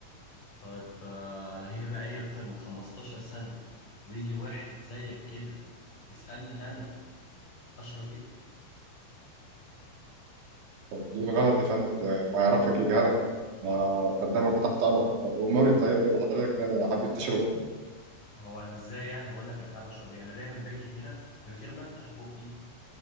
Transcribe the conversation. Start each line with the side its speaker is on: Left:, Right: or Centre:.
Left: طيب آه انا هنا بقالي اكتر من 15 سنة ويجي واحد زيك كده يسألني انا اشرب ايه
Right: طب ليه غلط يا فندم ده ما يعرفك يجهلك ما خدامك وتحت امرك اموري انت طيب حضرتك حابب تشرب ايه
Left: هو انا ازاي يعني هقول لك انا حابب اشرب ايه انا دايما باجي هنا من غير ما افتح بقي